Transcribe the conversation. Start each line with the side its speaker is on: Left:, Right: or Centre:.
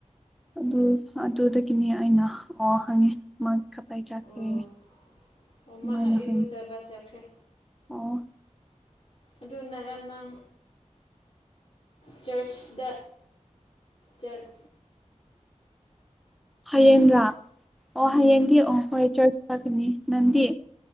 Centre: ꯑꯗꯨ ꯑꯗꯨꯗꯒꯤꯅꯤ ꯑꯩꯅ ꯑꯣ ꯍꯪꯉꯤ ꯆꯈꯦ
Left: ꯑꯣ ꯑꯣ ꯃꯥꯅ
Centre: ꯃꯅꯍꯟ
Left: ꯏꯔꯨꯖꯕ ꯆꯠꯈ꯭ꯔꯦ
Centre: ꯑꯣ
Left: ꯑꯗꯨꯅꯔ ꯅꯪ ꯆꯔꯆ ꯗ ꯆꯔ
Centre: ꯍꯌꯦꯡꯕ꯭ꯔꯥ ꯑꯣ ꯍꯌꯦꯡꯗꯤ ꯑꯣ ꯍꯣꯏ ꯆ ꯆꯒꯅꯤ ꯅꯪꯗꯤ